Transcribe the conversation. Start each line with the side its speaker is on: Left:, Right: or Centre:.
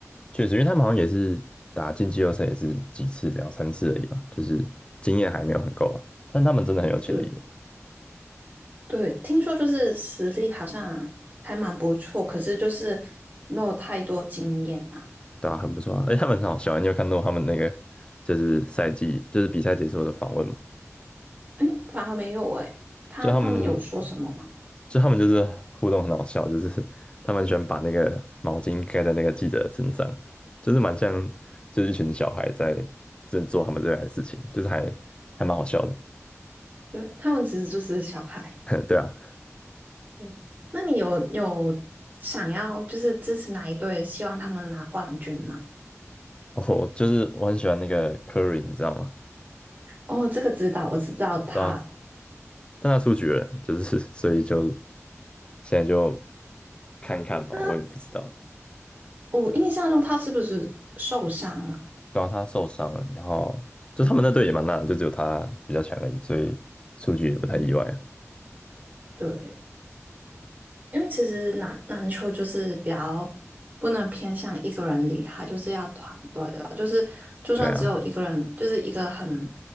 Left: 确实，因为他们好像也是打进季后赛也是几次，两三次而已吧，就是经验还没有很够啊。但他们真的很有潜力，
Right: 就对，听说就是实力好像还蛮不错，可是就是没有太多经验啊。
Left: 对啊，很不错啊。而且他们很好笑啊，你有看到他们那个就是赛季就是比赛结束的访问嘛？
Right: 哎，反而没有哎、他他们有说什么吗？
Left: 就他们就他们就是互动很好笑，就是他们喜欢把那个毛巾盖在那个记者的身上，就是蛮像就是一群小孩在正做他们热爱的事情，就是还还蛮好笑的。
Right: 对，他们其实就是小孩。
Left: <laughs> 对啊，
Right: 对，那你有有想要就是支持哪一队，希望他们拿冠军吗？
Left: 我就是我很喜欢那个 Curry，你知道吗？
Right: 哦，这个知道，我知道他，
Left: 对啊，但他出局了，就是 <laughs> 所以就现在就看一看吧，
Right: 他
Left: 我也不知道。
Right: 我印象中他是不是受伤啊？
Left: 对啊，他受伤了，然后就他们那队也蛮烂的，
Right: 嗯
Left: 就只有他比较强而已，所以出局也不太意外。
Right: 嗯，对，因为其实篮篮球就是比较不能偏向一个人厉害，就是要团队了，就是就算只有一个人，
Left: 对啊，
Right: 就是一个很